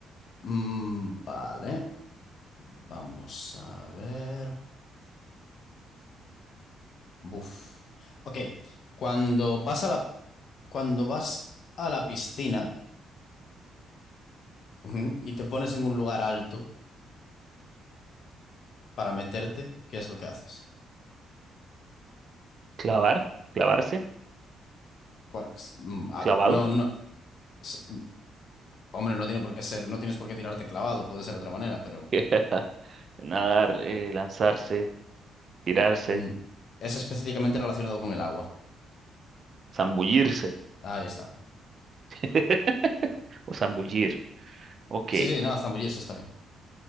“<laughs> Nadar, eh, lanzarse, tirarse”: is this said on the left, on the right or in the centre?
Right